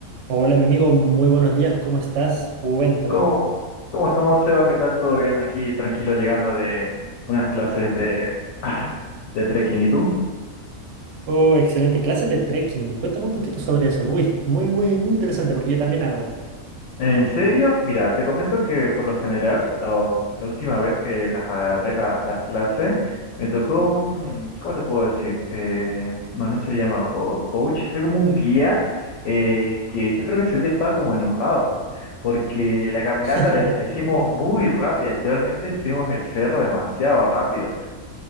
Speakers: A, on the right; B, on the left.
A: Hola, mi amigo, muy buenos días, ¿cómo estás? Cuéntame.
B: ¿Cómo? ¿Cómo estamos, Seba? ¿Qué tal? ¿Todo bien? Aquí tranquilo llegando de unas clases de, <sighs> de trekking. ¿Y tú?
A: Oh, excelente clase de trekking. Cuéntame un poquito sobre eso. Uy, muy, muy, muy interesante porque yo también hago.
B: ¿En serio? Mira, te comento que por lo general, lo- la última vez que las agarré la- las clases, me tocó un, ¿cómo te puedo decir? Eh, bueno, no se le llama co- coach, sería como un guía eh, que yo creo que ese día estaba como enojado, porque la caminata
A: <laughs>
B: la, la hicimos muy rápida, literalmente subimos el cerro demasiado rápido.